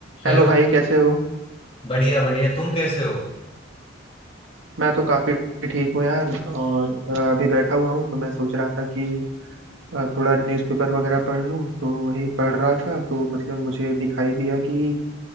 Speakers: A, on the left (about 30°); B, on the right (about 75°).
A: हेलो
B: हेलो भाई कैसे हो
A: बढ़िया बढ़िया तुम कैसे हो
B: मैं तो काफी ठीक हूँ यार और अ, अभी बैठा हुआ हूँ तो मैं सोच रहा था कि अ, थोड़ा न्यूज़पेपर वगैरह पढ़ लूँ तो वही पढ़ रहा था तो मतलब मुझे दिखाई दिया कि